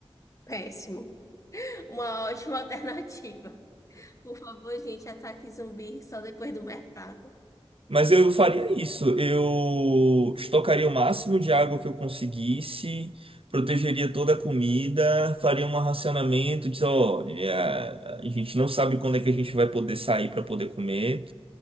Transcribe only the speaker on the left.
Péssimo. Uma ótima <laughs> alternativa. Por favor, gente, ataque zumbi só depois do mercado.